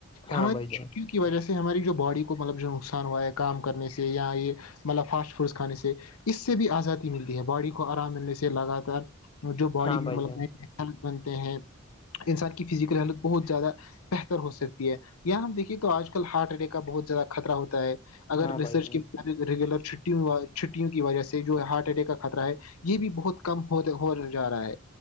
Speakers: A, on the left; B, on the left.
A: ہاں
B: ہماری
A: بھائی
B: چھٹیوں
A: جان
B: کی کی وجہ سے ہماری جو باڈی کو مطلب جو نقصان ہوا ہے کام کرنے سے یا یہ مطلب فاسٹ فوڈ کھانے سے اس سے بھی آزادی ملتی ہے باڈی کو آرام ملنے سے لگاتار جو باڈی
A: ہاں
B: میں
A: بھائی
B: مل
A: جان
B: ہیلھ بنتے ہیں انسان کی فزیکل ہیلتھ بہت زیادہ بہتر ہو سکتی ہے یہاں ہم دیکھیے تو آج کل ہارٹ اٹیک کا بہت زیادہ خطرہ ہوتا ہے اگر
A: ہاں
B: ریسرچ
A: بھائی جان
B: کے ب ریگولر چ چٹھی وجہ سے جو ہارٹ اٹیک کا خطرہ ہے یہ بھی بہت کم ہو جا رہا ہے